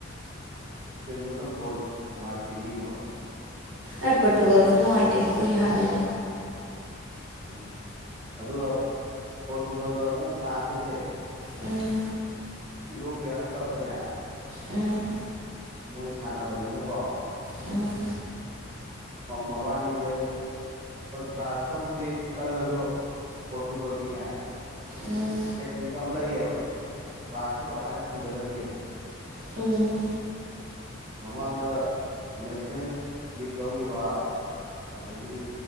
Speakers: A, on the right (about 30°); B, on the right (about 75°).
A: ꯏꯁꯄꯦꯟꯗꯨ ꯍꯗꯛ ꯕꯣꯜ ꯅꯨꯡꯉꯥꯏꯇꯦꯃꯤ ꯌꯦꯡꯕ
B: ꯑꯦ ꯄꯣꯔꯇꯨꯒꯥꯜꯁꯨ ꯅꯨꯡꯉꯥꯏꯇꯦ ꯑꯗꯨꯒꯤ ꯍꯥꯏꯔꯗꯤ
A: ꯎꯝ ꯑꯗꯨꯒ ꯄꯣꯔꯇꯨꯒꯜꯒ ꯑꯃꯨꯛ ꯐ꯭ꯔꯥꯟꯁꯀꯁꯦ
B: ꯎꯝ
A: ꯑꯦꯌꯨꯔꯣꯞꯄꯤꯌꯟ ꯀ꯭ꯂꯕꯇꯅꯦ
B: ꯎꯝ
A: ꯃꯣꯏ ꯁꯥꯟꯅꯕꯅꯤꯅꯀꯣ
B: ꯎꯝ
A: ꯃꯕꯥꯅꯤꯁꯦ ꯐ꯭ꯔꯥꯟꯁꯅꯕꯨꯗꯤ ꯀꯜꯂꯁꯨ ꯄꯣꯔꯇꯨꯒꯜꯒꯤꯅ
B: ꯎꯝ
A: ꯇꯦꯛꯅꯤꯛ ꯑꯃ ꯂꯩꯌꯦꯕ ꯐ꯭ꯔꯥꯟꯁꯁꯦ ꯀꯃꯥꯏꯅ ꯊꯤꯡꯒꯗꯒꯦꯁꯦ
B: ꯎꯝ
A: ꯃꯃꯥꯡꯗ ꯅꯦꯁꯅꯦꯜ ꯂꯤꯛ ꯂꯧꯈꯤꯕ ꯑꯗꯒꯤꯗꯤ